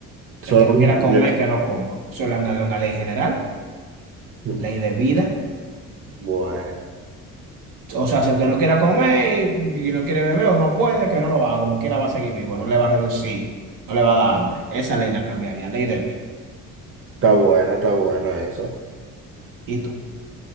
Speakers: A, on the right; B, on the right.
A: Solamente
B: El que no quiera comer,
A: eso.
B: que no coma. Solo andarle una ley general,
A: Mm,
B: ley de vida.
A: Bueno,
B: O sea, si el que no quiera comer y y no quiere beber o no puede, que no lo haga, como quiera va a seguir vivo, no le va a reducir, no le va a dar hambre. Esa ley la cambiaría, ley de vida.
A: está buena, está buena eso.
B: ¿Y tú?